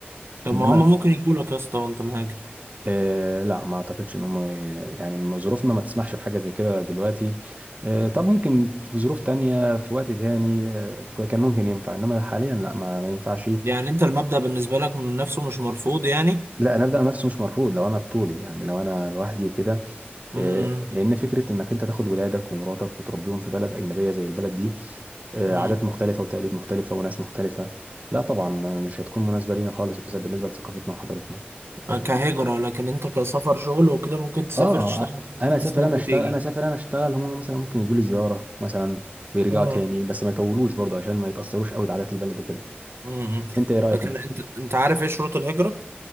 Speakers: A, on the right; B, on the right.
A: طب
B: انما
A: ما هما ممكن يقولوا لك يا اسطى وانت مهاجر
B: آه لا ما اعتقدش ان هم يعني إن ظروفنا ما تسمحش بحاجه زي كده دلوقتي آه طب ممكن في ظروف تانية في وقت تاني آه كان ممكن ينفع انما حاليا لا ما, ما ينفعش
A: يعني انت المبدأ بالنسبة لك من نفسه مش مرفوض يعني
B: لا انا ابدا نفسه مش مرفوض لو انا بطولي يعني لو انا لوحدي وكده
A: امم
B: إيه، لان فكره انك انت تاخد ولادك ومراتك وتربيهم في بلد اجنبيه زي البلد دي إيه،
A: امم
B: عادات مختلفه وتقاليد مختلفه وناس مختلفه لا طبعا آه، مش هتكون مناسبه لينا خالص بس بالنسبه لثقافتنا وحضارتنا إيه،
A: كهجرة لكن انت كسفر شغل وكده ممكن تسافر
B: اه
A: تشتغل
B: آه،
A: خمس
B: انا
A: ست
B: اسافر
A: سنين
B: انا اشتغل
A: وتيجي
B: انا اسافر انا اشتغل هم مثلا ممكن يجوا لي زياره مثلا ويرجعوا
A: اه
B: تاني بس ما يطولوش برضو عشان ما يتاثروش قوي بعادات البلد وكده
A: امم
B: انت ايه رايك
A: لكن
B: انت
A: انت انت عارف ايه شروط الهجرة؟